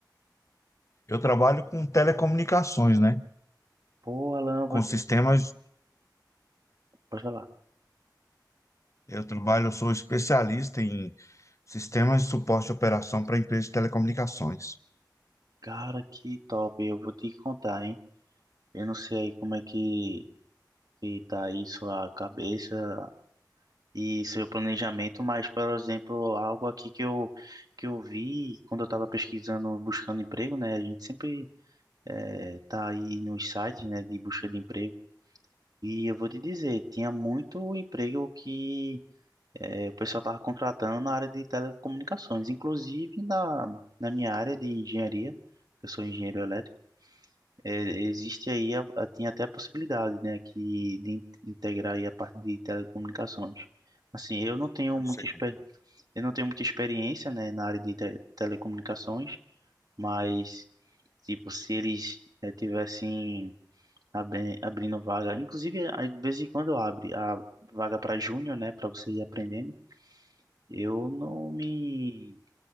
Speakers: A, on the left; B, on the right.
A: Eu trabalho com telecomunicações, né?
B: Pô, Alan, eu vou,
A: Com sistemas,
B: pode falar.
A: eu trabalho, eu sou especialista em sistemas de suporte de operação para empresas de telecomunicações.
B: Cara, que top, eu vou te contar, hein? Eu não sei aí como é que que tá aí sua cabeça e seu planejamento, mas, por exemplo, algo aqui que eu, que eu vi quando eu estava pesquisando, buscando emprego, né? A gente sempre eh, tá aí nos sites, né, de busca de emprego. E eu vou te dizer, tinha muito emprego que eh, o pessoal estava contratando na área de telecomunicações, inclusive na, na minha área de engenharia, que eu sou engenheiro elétrico. É, existe aí, a, a- tem até a possibilidade, né, que, de in- integrar aí a parte de telecomunicações. Assim, eu não tenho
A: Eu
B: muita,
A: sei
B: exper-
A: como.
B: eu não tenho muita experiência, né, na área de te- telecomunicações, mas, tipo, se eles eh, tivessem abri- abrindo vaga, inclusive, às vezes em quando abre a vaga para júnior, né, para você ir aprendendo, eu não me